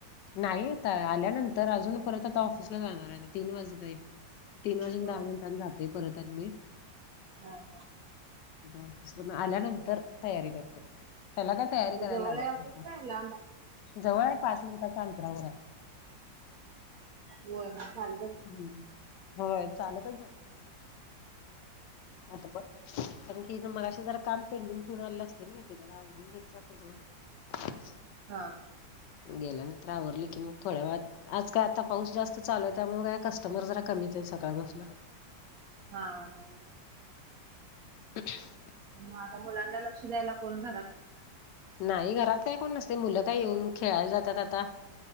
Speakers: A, on the left (about 75°); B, on the right (about 70°).
A: नाही आता आल्यानंतर अजून परत आता ऑफिसला जाणारायं तीन वाजतहाय तीन वाजून
B: होय.
A: दहा मिनिटांनी जातोय परत आणि मी
B: हां
A: ऑफिस वरुन आल्यानंतर तयारी करते. त्याला काय तयारी
B: आता
A: करायला
B: जवळ
A: लागत
B: आहे ऑफिस
A: नाही.
B: काय लांब आहे?
A: जवळयं पाच मिनिटाच्या अंतरावर हाय.
B: होय म चाल
A: हं होय चालतच जाते <inaudible> आता पण? कारण की मघाशी जरा काम पेंडिंग ठेवून आलेलो अस ते ने येते जरा आवरुन घ्यायचे आता जरा.
B: हा
A: गेल्यानंतर आवरली की मग थोड्या वेळात आज काय आता पाऊस जास्त चालूय त्यामुळे काय कस्टमर जरा कमीचायं सकाळपासन.
B: हां हां.
A: <inaudible>
B: मग आता मुलांना लक्ष द्यायला कोण घरात?
A: नायी घरात काय कोण नसतयं मुलं काय येऊन खेळायला जात्यात आता